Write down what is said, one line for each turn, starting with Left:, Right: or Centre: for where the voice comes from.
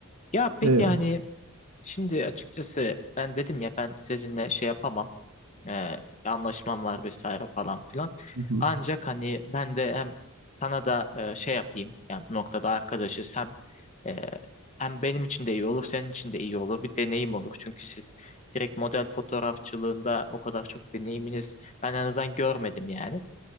Left: Ya peki
Right: Eyvallah.
Left: hani şimdi açıkçası ben dedim ya ben sizinle şey yapamam. e, anlaşmam var vesaire falan filan.
Right: Hı hı,
Left: Ancak hani ben de hem sana da e, şey yapayım yani bu noktada arkadaşız hem e, hem benim için de iyi olur senin için de iyi olur bir deneyim olur. Çünkü siz direkt model fotoğrafçılığında o kadar çok deneyiminiz ben en azından görmedim yani.